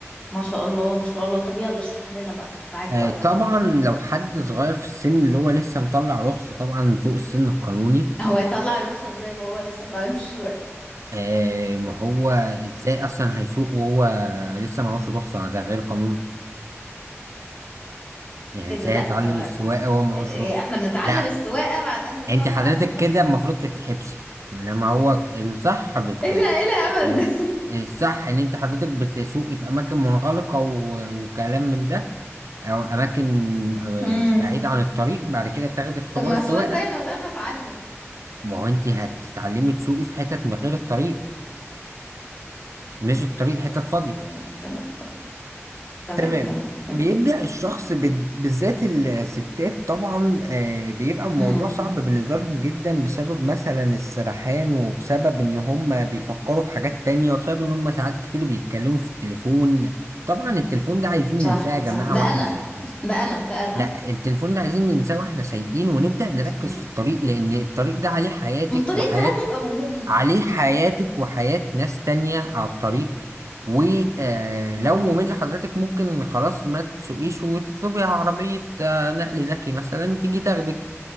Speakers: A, on the left; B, on the right.
A: ما شاء الله ما شاء الله طب يلا اشرح لنا بقى معاك
B: آه،
A: وقتك
B: طبعا
A: اهو
B: لو حد صغير في السن اللي هو لسه مطلع رخصة طبعا فوق السن القانوني
A: هو هيطلع الرخصة ازاي وهو لسه متعلمش السواقة
B: آه، ما هو ازاي اصلا هيسوق وهو لسه معهوش رخصة ده غير قانوني يعني
A: ايه
B: ازاي
A: ده لا
B: هيتعلم
A: هو
B: السواقة وهو معهوش
A: إيه- إيه،
B: رخصة
A: إيه، احنا بنتعلم
B: لا
A: السواقة بعدين بنطلع
B: انت حضرتك
A: الرخصة
B: كده المفروض تتحبسي لما هو الصح بت...
A: <laughs> ايه ده ايه الهبل
B: ب-
A: ده <laughs>
B: الصح ان انت حضرتك بتسوقي في اماكن منغلقة و... وكلام من ده او اماكن آه،
A: امم
B: بعيدة عن الطريق بعد كده تاخدي اختبار
A: طب ما
B: السواقة
A: اسوق ازاي من غير ما اتعلم
B: ما هو انت هتتعلمي تسوقي في حتت من غير الطريق مش الطريق حتت
A: اه
B: فاضية
A: تمام تمام تمام
B: تمام
A: تمام تمام
B: بيبدأ الشخص بد- بالذات الستات طبعا آه، بيبقى الموضوع
A: امم
B: صعب بالنسبة لهم جدا بسبب مثلا السرحان وبسبب ان هم بيفكروا في حاجات تانية وبسبب ان هم ساعات كتير بيتكلموا في التليفون طبعا التليفون ده عايزين
A: صح
B: ننساه يا جماعة
A: صح ده
B: واحنا
A: انا
B: سايقين
A: ده انا ده انا
B: لا التليفون ده عايزين ننساه واحنا سايقين ونبدأ نركز
A: امم
B: في الطريق لان الطريق ده عليه حياتك
A: ما الطريق
B: وحياة
A: ساعات بيبقى ممل
B: عليه حياتك وحياة ناس تانية على الطريق ولو
A: امم
B: ممل لحضرتك ممكن خلاص ما تسوقيش وتطلبي عربية آه، نقل ذكي مثلا تيجي تاخدك